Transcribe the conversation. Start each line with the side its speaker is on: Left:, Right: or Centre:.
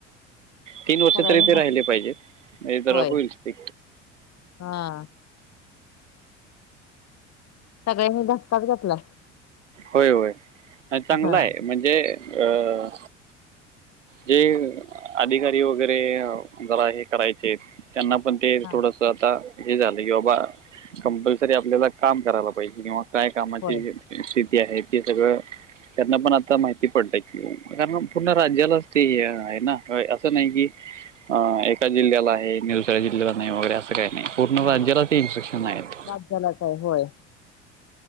Right: तीन वर्ष
Left: सगळ्यांनी
Right: तरी ते राहिले
Left: घ
Right: पाहिजेत. मग जरा
Left: होय
Right: होईल ते
Left: हा. सगळ्यांनी धक्काच घेतला.
Right: होय होय. मग चांगला
Left: ह
Right: आहे, म्हणजे अ हे अधिकारी वगैरे जरा हे करायचे त्यांना पण ते
Left: हा
Right: थोडसं आता हे झालं कि बाबा, कंपल्सरी आपल्याला काम करायला पाहिजे. किंवा काय कामाची
Left: होय
Right: आहे ते सगळं. त्यांना पण आता माहि पडतंय कि. कारण मग पूर्ण राज्यालाच ते हे आहे ना होय, असं नाही की, अ एका जिल्ह्याला आहे आणि दुसऱ्या जिल्ह्याला नाही वगैरे असं <unintelligible> पूर्ण
Left: हा
Right: राज्यालाच ते इन्स्ट्रक्शन आहेत.
Left: राज्यालाच आहे होय